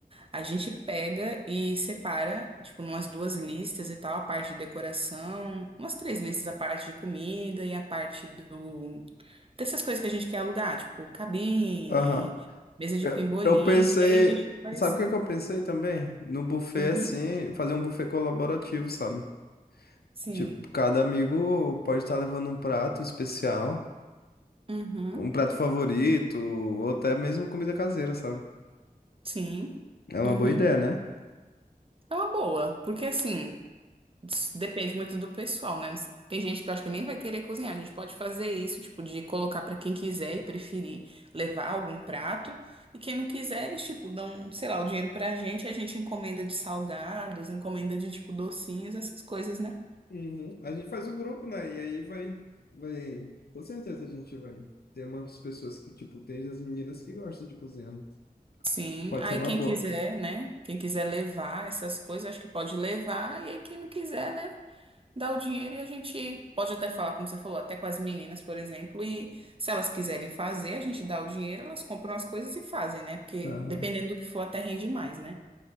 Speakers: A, on the right (about 35°); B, on the left (about 85°).
A: a gente pega e separa, tipo, umas duas listas e tal, a parte de decoração, umas três listas, a parte de comida e a parte do dessas coisas que a gente quer alugar, tipo, cabine,
B: Aham.
A: mesa de
B: Eu,
A: pimbolim,
B: eu pensei.
A: e aí a gente faz.
B: Sabe o que que eu pensei também? No buffet,
A: Uhum.
B: assim, fazer um buffet colaborativo, sabe?
A: Sim.
B: Tipo, cada amigo pode estar levando um prato especial.
A: Uhum.
B: Um prato favorito, ou até mesmo comida caseira, sabe?
A: Sim.
B: É uma
A: Uhum.
B: boa ideia, né?
A: É uma boa, porque assim, des- depende muito do pessoal, né? Tem gente que eu acho que nem vai querer cozinhar. A gente pode fazer isso, tipo, de colocar pra quem quiser e preferir levar algum prato. E quem não quiser, eles, tipo, dão, sei lá, o dinheiro pra gente, a gente encomenda de salgados, encomenda de, tipo, docinhos, essas coisas, né?
B: Uhum. A gente faz o grupo, né? E aí vai, vai. Com certeza a gente vai. ter umas pessoas que, tipo, tem as meninas que gostam de cozinhar. né?
A: Sim.
B: Pode
A: Aí
B: ser uma
A: quem
B: boa.
A: quiser, né? Quem quiser levar essas coisas, acho que pode levar. E aí quem não quiser, né? Dá o dinheiro e a gente pode até falar, como você falou, até com as meninas, por exemplo, e se elas quiserem fazer, a gente dá o dinheiro, elas compram as coisas e fazem, né? Porque
B: Aham.
A: dependendo do que for, até rende mais, né?